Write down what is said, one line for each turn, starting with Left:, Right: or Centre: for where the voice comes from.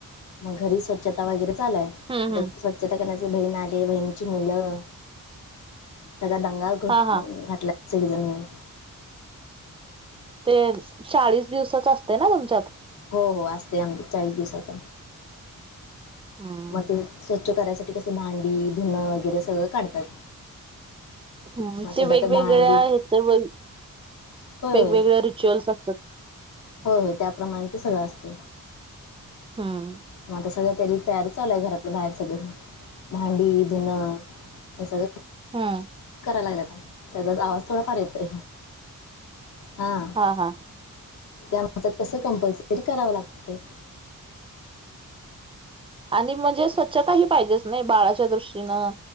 Left: मगं घरी स्वच्छता वगैरें चालुय.
Right: हम्म हम्म
Left: स्वच्छता करण्याचे. बहीण आलीय. बहीणची मुलं. सगळा दंगा ग
Right: हा हा
Left: घातला. सगळेजन मिळून.
Right: ते चाळीस दिवसांच असतय नां तुमच्यांत?
Left: हो हो असतय आमच्याछ चाळीस दिवसांच.
Right: हम्म
Left: म ते स्वच्छ करायसाठी कसं, भांडी धुणं वगैरें सगळं काढतात.
Right: हम्मं
Left: मग
Right: ते
Left: सध्या
Right: वेगवेगळ्या
Left: तर भांडी
Right: ह्यांचं व,
Left: होय होय
Right: वेगवेगळ्या रिच्युअल्स असतांत.
Left: होय होय त्याप्रमाणें ते सगळं असत.
Right: हम्मं.
Left: मगं आता सगळ्यां त्यांची तयारी चालूंय. घरातलं बाहेर सगळं. भांडी, धुणं हे सगळं
Right: हम्मं.
Left: कराय लागलात. त्यांचाच आवाज थोडा फार येतोय. हां.
Right: हां हां.
Left: ते आमच्यात कसं, कंपल्सरी करावं लागतय.
Right: आणि म्हणजे स्वच्छता ही पाहिजेच नाहीं. बाळांच्या दृष्टीनं.